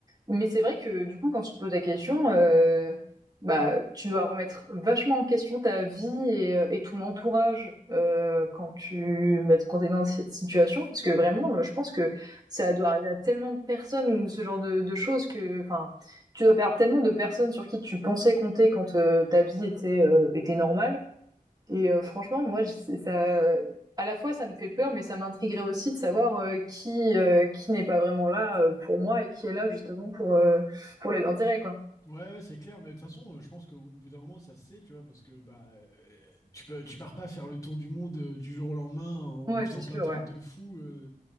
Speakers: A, on the right; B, on the left.
A: Mais c'est vrai que du coup, quand tu te poses la question, euh, bah, tu dois remettre vachement en question ta vie et, euh, et ton entourage euh, quand tu bah, quand t'es dans cette situation, parce que vraiment, euh, je pense que ça doit arriver à tellement de personnes ce genre de, de choses que, enfin, tu dois perdre tellement de personnes sur qui tu pensais compter quand euh, ta vie était euh, était normale et euh, franchement, moi, je- ça, à la fois, ça me fait peur, mais ça m'intriguerait aussi de savoir euh, qui, euh, qui n'est pas vraiment là euh, pour moi et qui est là justement pour, euh, pour les intérêts, quoi.
B: Ouais, ouais, c'est clair, mais de toute façon, euh, je pense qu'au bout d'un moment, ça se sait, tu vois, parce que bah, euh, tu peux, tu pars pas faire le tour du monde euh, du jour au lendemain en
A: Ouais,
B: faisant
A: c'est
B: plein
A: sûr,
B: de trucs
A: ouais.
B: de fou euh,